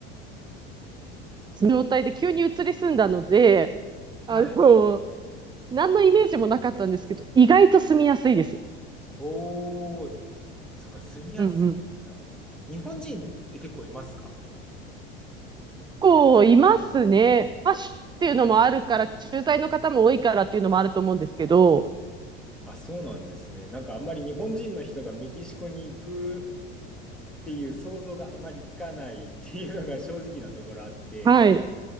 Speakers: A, on the right; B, in the centre.
A: その状態で急に移り住んだので、
B: はい。
A: あの、何のイメージもなかったんですけど、意外と住みやすいです。
B: おー、そっか、住みやすさ。
A: うんうん。
B: 日本人って結構いますか
A: こう、いますね。まあ、州っていうのもあるから、駐在の方も多いからっていうのもあると思うんですけど、
B: あ、そうなんですね。なんかあんまり日本人の人がメキシコに行くっていう想像があんまりつかないっていうのが正直なところあって。
A: はい。